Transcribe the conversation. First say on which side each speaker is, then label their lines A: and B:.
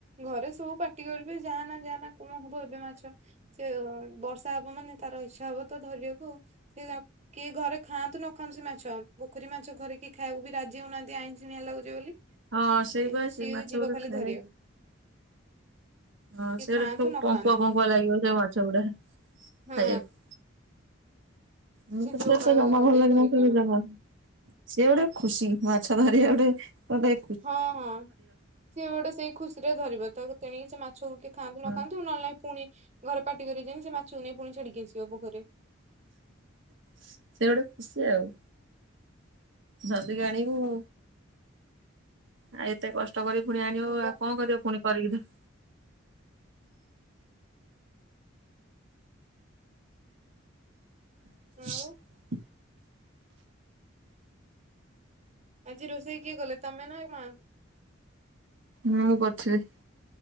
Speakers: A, on the right; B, on the right.
A: ଘରେ ସବୁ ପାଟି କରିବେ ଯାହା ନା ଯାହା ନା କଣ ଏବେ ମାଛ। ସେ ବର୍ଷା ହବ ମାନେ ତାର ଇଚ୍ଛା ହବ ତ ଧରିବାକୁ ଆଉ। ସେ କିଏ ଘରେ ଖାଆନ୍ତୁ ନ ଖାଆନ୍ତୁ ସେ ମାଛ ପୋଖରୀ ମାଛ ଘରେ କିଏ ଖାଏକୁ ବି ରାଜି ହଉନାହାନ୍ତି। ଆଇଶିଣିଆ ଲାଗୁଛି ବୋଲି
B: ହଁ ସେଇ
A: କିନ୍ତୁ
B: ବା ସେ
A: ସିଏ
B: ମାଛ
A: ଯିବ
B: ଗୁରା
A: ଖାଲି
B: ଖାଇବା
A: ଧରିବାକୁ।
B: ହଁ
A: କିଏ
B: ସେଇଟା
A: ଖାଆନ୍ତୁ
B: ସବୁ
A: ନ
B: ପଙ୍କୁଆ
A: ଖାଆନ୍ତୁ
B: ପଙ୍କୁଆ ଲାଗିବ ସେ ମାଛ ଗୁଡା
A: ହଁ।
B: ଖାଇବାକୁ। ମୁଁ
A: ସେ
B: ତ
A: ଯିବ
B: ସେତ
A: କହିବ
B: ଜମା ଭଲ
A: ଦେଇ
B: ଲାଗନା
A: ଧରିକି
B: ସେ
A: ଆଣିବ
B: ଜମା।
A: ଖାଲି
B: <unintelligible> ସିଏ ଗୋଟେ ଖୁସି ମାଛ ଧରିବା ଗୋଟେ ମତେ।
A: ହଁ ହଁ ସିଏ ଗୋଟେ ସେଇ ଖୁସିରେ ଧରିବ ତାକୁ ତେଣିକି ସେ ମାଛକୁ କେ ଖାନ୍ତୁ
B: ହଁ
A: ନଖାଆନ୍ତୁ ନହେଲେ ନାଇ ପୁଣି ଘରେ ପାଟି କରିବେଜେମୀ ସେ ମାଛକୁ ନେଇା ପୁଣି ଛାଡିକି ଆସିବ ପୋଖରୀରେ।
B: ସେ ଗୋଟେ ଖୁସି ଆଉ। ଯଦିକି ଆଣିବୁ। ଆଉ ଏତେ କଷ୍ଟ କରିକି ପୁଣି ଆଣିବ
A: ହଁ ବା
B: ଆଉ କଣ କରିବ ପୁଣି କରିକି ତ। ହ
A: ଆଉ
B: <inaudible>
A: ଆଜି ରୋଷେଇ କିଏ କଲେ ତମେ ନା ମା?
B: ମୁଁ କରିଥିଲି।